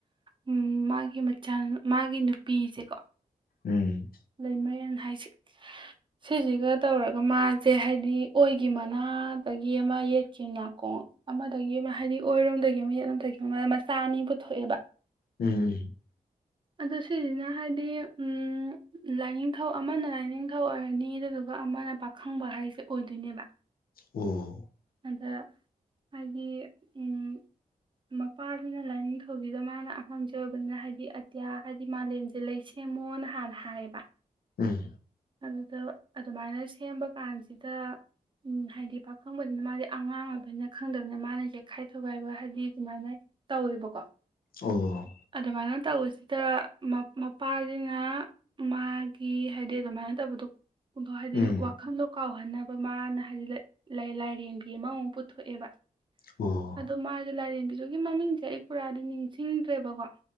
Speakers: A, on the right (about 35°); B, on the left (about 80°).
A: ꯎꯝ ꯃꯥꯒꯤ ꯃꯆꯥ ꯃꯥꯒꯤ ꯅꯨꯄꯤꯁꯦꯀꯣ
B: ꯎꯝ
A: ꯂꯩꯃꯔꯦꯟ ꯍꯥꯏꯁꯦ ꯁꯤꯁꯤꯒ ꯇꯧꯔ ꯃꯥꯁꯦ ꯍꯥꯏꯗꯤ ꯑꯣꯏꯒꯤ ꯃꯅꯥꯗꯒꯤ ꯑꯃ ꯌꯦꯠꯀꯤ ꯅꯥꯀꯣꯡ ꯑꯃꯗꯒꯤ ꯑꯃ ꯍꯥꯏꯗꯤ ꯑꯣꯏꯔꯣꯝꯗꯒꯤ ꯑꯃ ꯌꯦꯠꯂꯣꯝꯗꯒꯤ ꯃꯆꯥ ꯑꯅꯤ ꯄꯨꯊꯣꯛꯑꯦꯕ
B: ꯎꯝ
A: ꯑꯗꯣ ꯁꯤꯁꯤꯅ ꯍꯥꯏꯗꯤ ꯎꯝ ꯂꯥꯏꯅꯤꯡꯊꯧ ꯑꯃꯅ ꯂꯥꯏꯅꯤꯡꯊꯧ ꯑꯣꯏꯔꯅꯤ ꯑꯗꯨꯗꯨꯒ ꯑꯃꯅ ꯄꯥꯈꯪꯕ ꯍꯥꯏꯁꯦ ꯑꯣꯏꯗꯣꯏꯅꯦꯕ
B: ꯑꯣ
A: ꯑꯗ ꯍꯥꯏꯗꯤ ꯎꯝ ꯃꯄꯥꯁꯤꯅ ꯂꯣꯏꯅꯤꯡꯊꯧ ꯁꯤꯗ ꯃꯥꯅ ꯑꯍꯟꯁꯨ ꯑꯣꯏꯕꯅꯤꯅ ꯍꯥꯏꯗꯤ ꯏꯟꯗꯤꯌꯥ ꯍꯥꯏꯗꯤ ꯃꯥꯂꯦꯝꯁꯦ ꯂꯩ ꯁꯦꯝꯃꯣꯅ ꯍꯥꯟꯅ ꯍꯥꯏꯌꯦꯕ
B: ꯎꯝ
A: ꯑꯗꯨꯗ ꯑꯗꯨꯃꯥꯏꯅ ꯁꯦꯝꯕ ꯀꯥꯟꯁꯤꯗ ꯍꯥꯏꯗꯤ ꯄꯥꯈꯪꯕꯅꯤꯅ ꯃꯥꯗꯤ ꯑꯉꯥꯡ ꯑꯣꯏꯕꯅꯤꯅ ꯈꯪꯗꯕꯅꯤꯅ ꯃꯥꯅ ꯌꯩꯈꯥꯏ ꯊꯣꯒꯥꯏꯕ ꯍꯥꯏꯗꯤ ꯑꯗꯨꯃꯥꯏꯅ ꯇꯧꯋꯦꯕꯀꯣ
B: ꯑꯣ
A: ꯑꯗꯨꯃꯥꯏꯅ ꯇꯧꯕꯁꯤ ꯑ ꯗ ꯃꯄꯥꯁꯤꯅ ꯃꯥꯒꯤ ꯍꯥꯏꯗꯤ ꯑꯗꯨꯃꯥꯏꯅ ꯇꯧꯕꯗꯣꯊꯣꯛ ꯍꯥꯏꯗꯤ
B: ꯎꯝ
A: ꯋꯥꯈꯜꯗꯣ ꯀꯥꯎꯍꯟꯅꯕ ꯃꯥꯅ ꯍꯥꯏꯗꯤ ꯂꯥꯏꯔꯦꯝꯕꯤ ꯑꯃꯃꯨꯛ ꯄꯨꯊꯣꯛꯑꯦꯕ
B: ꯑꯣ
A: ꯑꯗꯣ ꯃꯥꯁꯦ ꯂꯥꯏꯔꯦꯝꯕꯤꯗꯨꯒꯤ ꯃꯃꯤꯡꯁꯦ ꯑꯩ ꯄꯨꯔꯥꯗꯤ ꯅꯤꯡꯁꯤꯡꯗ꯭ꯔꯦꯕꯀꯣ